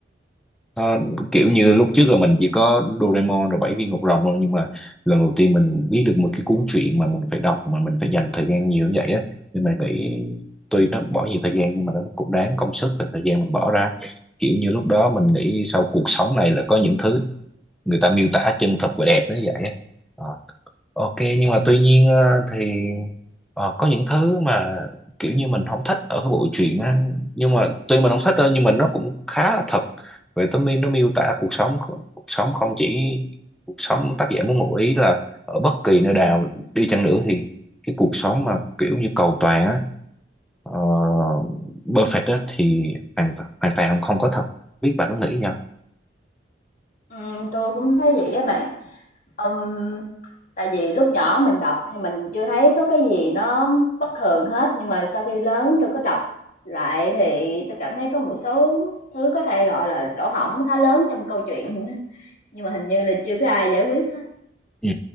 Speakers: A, in the centre; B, on the left.
A: nó kiểu như lúc trước là mình chỉ có Doraemon rồi bảy viên ngọc rồng thôi nhưng mà lần đầu tiên mình biết được một cái cuốn truyện mà mình phải đọc mà mình phải dành thời gian nhiều như vậy á nên mình nghĩ tuy nó bỏ nhiều thời gian nhưng mà nó cũng đáng công sức và thời gian mình bỏ ra kiểu như lúc đó mình nghĩ sau cuộc sống này là có những thứ người ta miêu tả chân thật và đẹp nó như vậy á Ờ, ok nhưng mà tuy nhiên ờ, thì ờ, có những thứ mà kiểu như mình không thích ở cái bộ truyện á nhưng mà tuy mình không thích đâu nhưng mà nó cũng khá là thật về tấm nó miêu tả cuộc sống cuộc sống không chỉ cuộc sống tác giả muốn ngụ ý là ở bất kỳ nơi nào đi chăng nữa thì cái cuộc sống mà kiểu như cầu toàn á uh, perfect á thì hoàn hoàn toàn không có thật biết bà có nghĩ gì
B: Ừm, tôi cũng thấy vậy á bạn Ừm, tại vì lúc nhỏ mình đọc thì mình chưa thấy có cái gì nó bất thường hết nhưng mà sau khi lớn tôi có đọc lại thì tôi cảm thấy có một số thứ có thể gọi là lỗ hổng khá lớn trong câu chuyện nhưng mà hình như là chưa có ai giải quyết hết
A: Ừ.